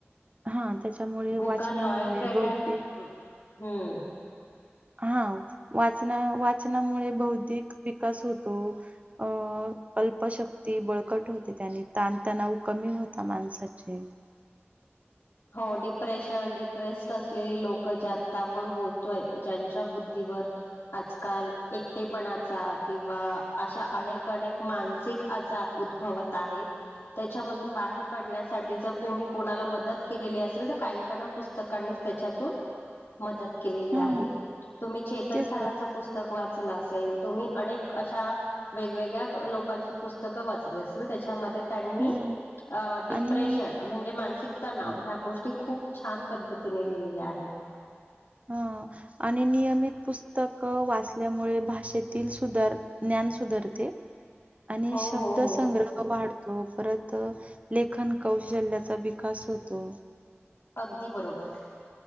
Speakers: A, on the right; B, on the left.
A: हा त्याच्यामुळे
B: बुकार
A: वाचनांमुळे
B: लॉयल फ्रेंड
A: बौद्धिक
B: आणि हम्म.
A: हा वाचना वाचनामुळे बौद्धिक विकास होतो अं अल्पशक्ती बळकट होते त्यानी ताणतणाव कमी होता माणसाचे
B: हो डिप्रेशन डिप्रेस्ड असलेली लोक जे आता आपण बोलतोय ज्यांच्या बुद्धीवर आजकाल एकटेपणाचा किंवा अशा अनेक अनेक मानसिक आजार उद्भवत आहेत त्याच्यामधून बाहेर पडण्यासाठी जर कोणी कोणाला मदत केली असेल तर काहीकणा पुस्तकांनी त्याच्यातून मदत केलेली
A: हं.
B: आहे. तुम्ही चेतन
A: तेच
B: सरांचं
A: तर.
B: पुस्तक वाचलं. असेल तुम्ही अक अशा वेगवेगळ्या लोकांची पुस्तकं वाचली असेल त्याच्यामध्ये त्यांनी
A: हं.
B: डिप्रेशन
A: आणि
B: म्हणजे मानसिक नाव
A: हां,
B: ह्या गोष्टी खूप छान पद्धतीने लिलेले आहेत.
A: हा आणि नियमित पुस्तक वाचल्यामुळे भाषेतील सुधार ज्ञान सुधारते. आणि
B: हो
A: शब्द
B: हो हो
A: संग्रह वाढतो. परत लेखन कौशल्याचा विकास होतो.
B: अगदी बरोबर.